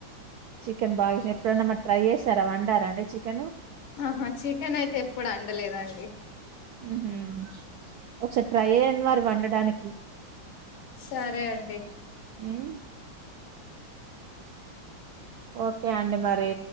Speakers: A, on the right; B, on the left.
A: చికెన్ బాగా ఎప్పుడన్నా మరి ట్రై చేసారా వండారా అండి చికెను
B: ఆహా చికెన్ అయితే ఎప్పుడు అండలేదండి
A: మ్మ్ ఒకసారి ట్రై అయ్యడి మరి వండడానికి
B: సరే అండి
A: ఉమ్ ఓకే అండి మరి